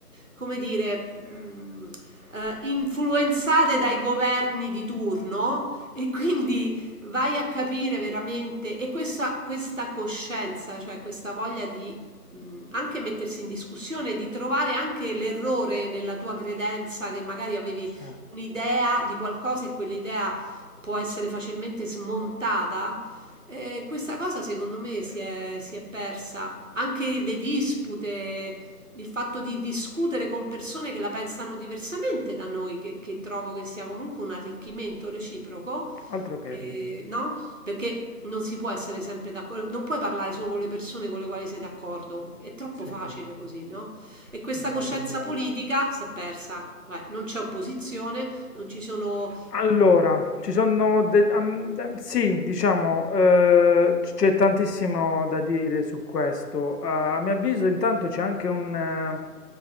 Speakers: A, on the right (about 50°); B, on the left (about 75°).
A: come dire, mh, eh, influenzate dai governi di turno e quindi vai a capire veramente e questa, questa coscienza, cioè questa voglia di mh, anche mettersi in discussione, di trovare anche l'errore nella tua credenza che magari avevi
B: sì.
A: un'idea di qualcosa e quell'idea può essere facilmente smontata. eh, questa cosa secondo me si è, si è persa. Anche le dispute, il fatto di discutere con persone che la pensano diversamente da noi, che, che trovo che sia comunque un arricchimento reciproco,
B: Altro
A: Mhm.
B: che,
A: eh, no? Perché non si può essere sempre d'accordo, non puoi parlare solo con le persone con le quali sei d'accordo, è troppo
B: sì,
A: Mm. facile così, no? E questa Mm.
B: la
A: coscienza
B: tua bolla.
A: politica si è persa, Vai, non c'è opposizione, non ci sono...
B: Allora, ci sono del- am- da- sì, diciamo, eh, c- c'è tantissimo da dire su questo. Eh, a mio avviso, intanto c'è anche un, eh,